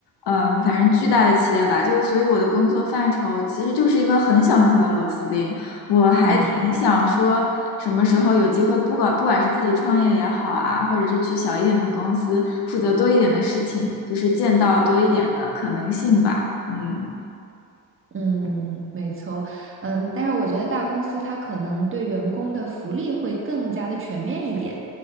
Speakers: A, on the left; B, on the right.
A: 嗯，反正巨大的企业吧。就所以我的工作范畴其实就是一个很小很小的螺丝钉。我还挺想说，
B: 嗯。
A: 什么时候有机会，不管不管是自己创业也好啊，或者是去小一点的公司负责多一点的事情，就是见到多一点的可能性吧。嗯。
B: 嗯，没错，嗯，但是我觉得大公司它可能对员工的福利会更加的全面一点。